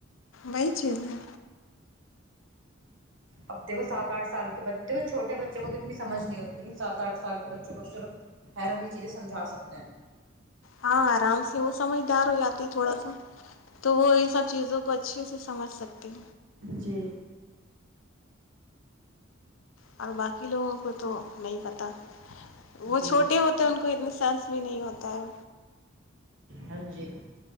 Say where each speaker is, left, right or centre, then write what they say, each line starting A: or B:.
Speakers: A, on the left; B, on the right.
A: بئی چیز ہے
B: اب دیکھو سات آٹھ سال کے بچے دیکو چھوٹے بچوں کو تو اتنی سمجھ نہیں ہوتی لیکن سات آٹھ سال کے بچوں کو تو چلو خیر ہممی چیزیں سمجھا سکتے ہیں
A: ہاں آرام سے اس سمجھدار ہو جاتے ہیں تھوڑا سا تو وہ ان سب چیزوں کو اچھے سے سمجھ سکتے ہیں
B: جی
A: اور باقی لوگوں کو تو نہیں پتہ وہ
B: جی
A: چھوٹے ہوتے ان کو اتنی شان بھی نہیں ہوتا ہے
B: ہاں جی